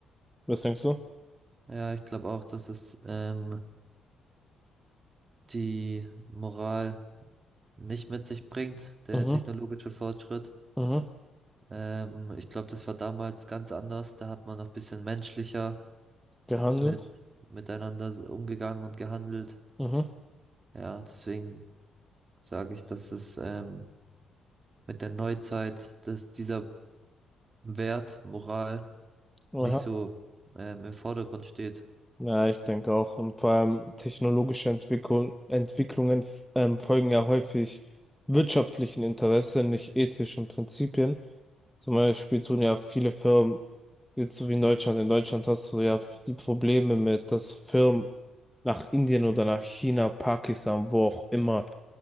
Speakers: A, in the centre; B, on the right.
A: Was denkst du?
B: Ja, ich glaube auch, dass es ähm, die Moral nicht mit sich bringt, der
A: Mhm,
B: technologische Fortschritt.
A: mhm.
B: Ähm, ich glaube, das war damals ganz anders. Da hat man noch ein bisschen menschlicher
A: Gehandelt.
B: mit miteinander s- umgegangen und gehandelt.
A: Mhm.
B: Ja, deswegen sage ich, dass es ähm, mit der Neuzeit, dass dieser Wert Moral
A: Aha.
B: nicht so ähm, im Vordergrund steht.
A: Ja, ich denke auch. Und vor allem technologische Entwicklung, Entwicklungen ähm, folgen ja häufig wirtschaftlichen Interessen, nicht ethischen Prinzipien. Zum Beispiel tun ja viele Firmen, jetzt so wie in Deutschland, in Deutschland hast du ja die Probleme mit, dass Firmen nach Indien oder nach China, Pakistan, wo auch immer